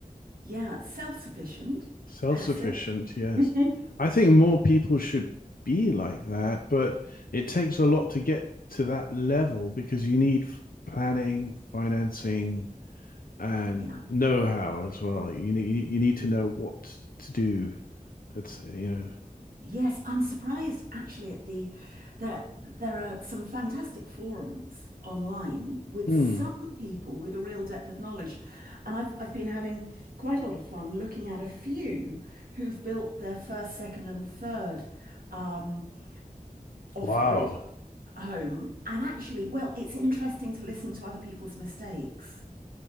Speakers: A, on the right; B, on the left.
A: Yeah, self-sufficient,
B: self
A: passive.
B: sufficient, yes.
A: <laughs>
B: I think more people should be like that, but it takes a lot to get to that level because you need f- planning, financing, and
A: Yeah.
B: know how as well. You need, you you need to know what to do It's you know,
A: Yes, I'm surprised actually at the there there are some fantastic forums online with
B: hmm,
A: some people with a real depth of knowledge. And I've I've been having quite a lot of fun looking at a few who've built their first, second, and third um, off-grid
B: wow.
A: home. And actually, well, it's interesting to listen to other people's mistakes.